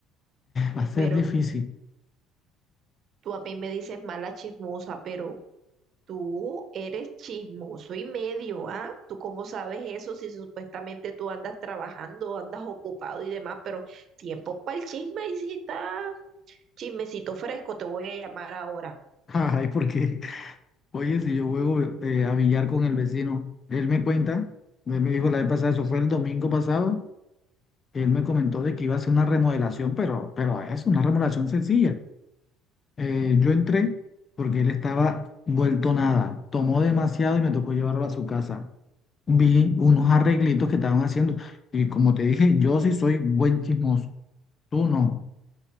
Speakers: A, on the left; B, on the right.
A: Va a
B: pero
A: ser difícil.
B: tú a mí me dices mala chismosa, pero Tú eres chismoso y medio, ¿ah? ¿Tú cómo sabes eso si supuestamente tú andas trabajando, andas ocupado y demás, pero tiempo para el chisme y si está chismecito fresco, te voy a llamar ahora.
A: <laughs> Ay, ¿por qué? Oye, si yo juego eh, a billar con el vecino, él me cuenta, él me dijo la vez pasada, eso fue el domingo pasado, él me comentó de que iba a hacer una remodelación, pero, pero es una remodelación sencilla. Eh, yo entré porque él estaba vuelto nada, tomó demasiado y me tocó llevarlo a su casa. Vi unos arreglitos que estaban haciendo y como te dije, yo sí soy buen chismoso, tú no.